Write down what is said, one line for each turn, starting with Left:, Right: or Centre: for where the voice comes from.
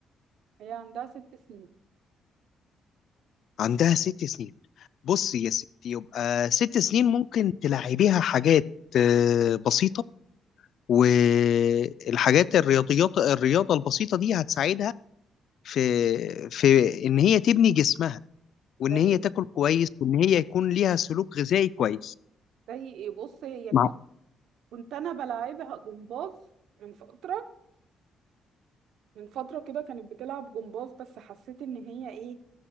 Right: هي عندها ست سنين
Left: عندها ست سنين بصي يا ستي يبقى ست سنين ممكن تلعبيها حاجات آه، بسيطه والحاجات الرياضيات الرياضه البسيطه دي هتساعدها في في ان هي تبني جسمها وان
Right: زي
Left: هي تاكل كويس وان هي يكون ليها سلوك غذائي كويس
Right: زي ايه بص هي
Left: مع
Right: كان كنت انا بلعبها جمباز من فترة من فترة كده كانت بتلعب جمباز بس حسيت ان هي ايه